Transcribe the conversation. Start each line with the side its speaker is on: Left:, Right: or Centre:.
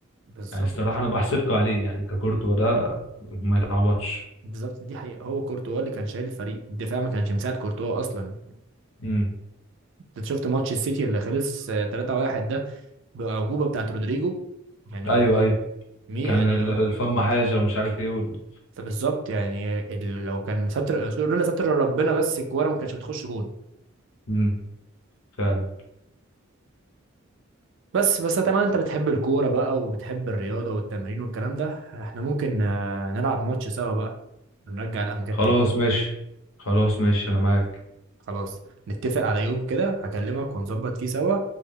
Right: بالظبط
Left: يعني الصراحه انا بحسدكوا عليه يعني ككورتوا ده ما يتعوضش
Right: بالظبط دي حقيقة هو كورتوا اللي كان شايل الفريق الدفاع ما كانش مساعد كورتوا أصلا
Left: امم
Right: أنت شفت ماتش السيتي اللي خلص 3-1 ده بأعجوبة بتاعت رودريجو يعني
Left: ايوه ايوه
Right: مي
Left: كان
Right: يعني
Left: ال-
Right: اه
Left: الفم حاجه ومش عارف ايه وال...
Right: بالظبط يعني ال- لو كان ستر لولا ستر ربنا بس الكورة ما كانتش بتخش جون
Left: امم فعلا
Right: بس بس طبعا انت بتحب الكورة بقى وبتحب الرياضة والتمرين والكلام ده احنا ممكن آه، نلعب ماتش سوا بقى نرجع الأمجاد
Left: خلاص
Right: تاني
Left: ماشي خلاص ماشي انا معاك
Right: خلاص نتفق على يوم كده هكلمك ونظبط فيه سوا